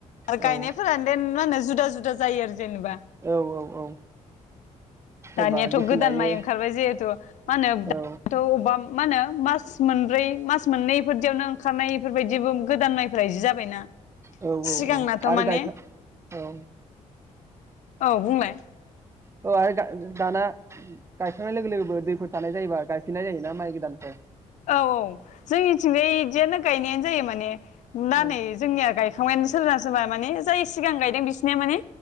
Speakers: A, on the left (about 70°); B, on the right (about 20°).
A: आरो
B: औ
A: गायनायफोरानदेन मा होनो जुदा जुदा जायो आरो जेनेबा
B: औ औ औ सोरबा
A: दानियाथ'
B: गेसें
A: गोदान
B: गायो
A: माइ ओंखारबाय जिहेथु मा होनो
B: औ
A: <unintelligible> ओ मा होनो मास मोनब्रै मास मोननैफोरदियावनो ओंखारनाय इफोरबायदियावबो गोदान माइफोरा इदि जाबायना
B: औ
A: सिगांनाथ'
B: औ औ आरो
A: माने
B: गायखा औ
A: औ बुंलाय
B: औ आरो दा-दाना गायखांनाय लोगो लोगो दैफोर थानाय जायोबा गायफिननाय जायोना माइ गोदानफोर
A: औ औ जोंनिथिंजाय इदियानो गायनायानो जायो माने दा
B: औ
A: नै जोंनिया गायखांबायानो सोरबा सोरबा माने जाय सिगां गायदों बिसिनिया माने